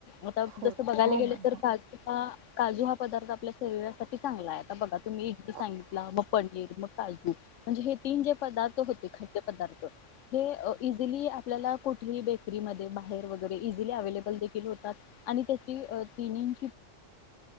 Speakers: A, on the left; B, on the right.
A: आता
B: हो
A: जसं बघायला
B: हो
A: गेलं
B: मॅम
A: तर
B: हो.
A: काजू अ काजू हा पदार्थ आपल्या शरीरासाठी चांगला आहे आता बघा तुम्ही एकदा
B: खूप.
A: सांगितला मग पनीर मग काजू म्हणजे हे तीन जे पदार्थ होते घटक पदार्थ हे इझीली आपल्याला कुठेही बेकरी मध्ये बाहेर वगैरे इझीली अव्हेलेबल होतात आणि त्याची तिन्ही